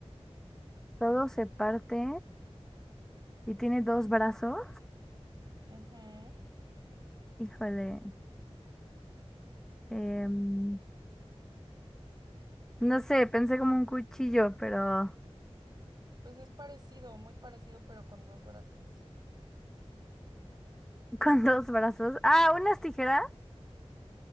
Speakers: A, in the centre; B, on the right.
A: Todo se parte y tiene dos brazos.
B: Ujú.
A: Híjole. em, no sé, pensé como un cuchillo, pero
B: Pues es parecido, muy parecido, pero con dos brazos.
A: <laughs> con dos brazos. Ah, unas tijeras.